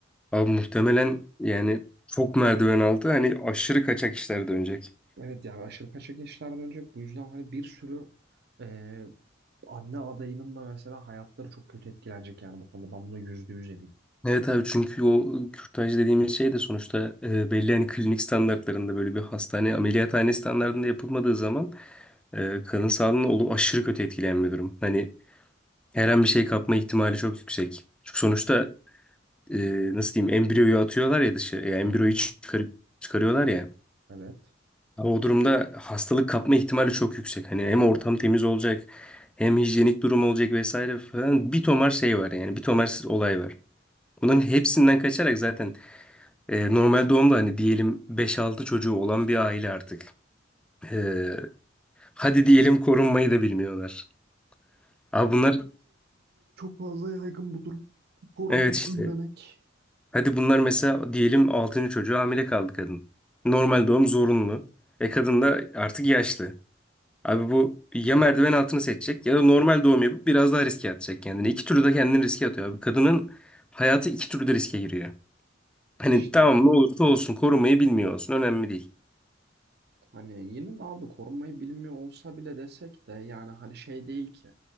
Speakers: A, in the centre; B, on the right.
A: Abi muhtemelen yani çok merdiven altı hani aşırı kaçak işler dönecek.
B: Evet yani aşırı kaçak işler dönecek. Bu yüzden hani bir sürü e, anne adayının da mesela hayatları çok kötü etkilenecek yani bu konuda. Ben buna yüzde yüz eminim.
A: Evet abi çünkü o kürtaj dediğimiz şey de sonuçta e, belli hani klinik standartlarında böyle bir hastane ameliyathane standartında yapılmadığı zaman e, kadın sağlığına olu aşırı kötü etkileyen bir durum. Hani her an bir şey kapma ihtimali çok yüksek. Çünkü sonuçta e, nasıl diyeyim embriyoyu atıyorlar ya dışı. Ya embriyoyu
B: Hı hı.
A: çıkar- çıkarıyorlar ya.
B: Evet.
A: Ama o durumda hastalık kapma ihtimali çok yüksek. Hani hem ortam temiz olacak, hem hijyenik durum olacak vesaire falan. Bir tomar şey var yani, bir tomar olay var. Bunların hepsinden kaçarak zaten e, normal doğumda hani diyelim beş altı çocuğu olan bir aile artık. E, hadi diyelim korunmayı da bilmiyorlar. Abi bunlar
B: Fazla yaygın bu durum. Korumayı
A: evet işte.
B: bilmemek.
A: Hadi bunlar mesela diyelim altıncı çocuğu hamile kaldı kadın. Normal doğum zorunlu. E kadın da artık yaşlı. Abi bu ya merdiven altını seçecek ya da normal doğum yapıp biraz daha riske atacak kendini. İki türlü de kendini riske atıyor abi. Kadının hayatı iki türlü de riske giriyor. Hani
B: İşte
A: tamam ne olursa olsun korumayı bilmiyor olsun önemli değil.
B: Hani yine de abi korunmayı bilmiyor olsa bile desek de yani hani şey değil ki.